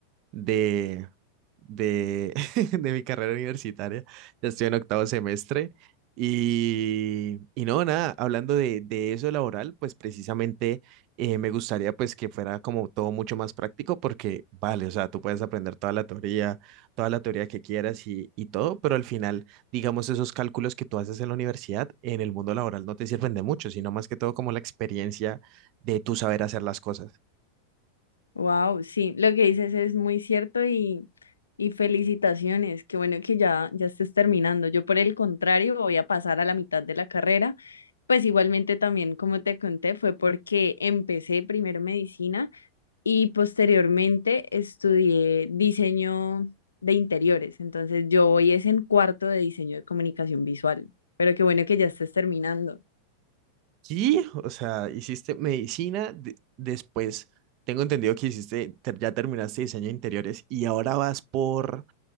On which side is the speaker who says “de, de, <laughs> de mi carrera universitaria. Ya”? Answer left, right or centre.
Right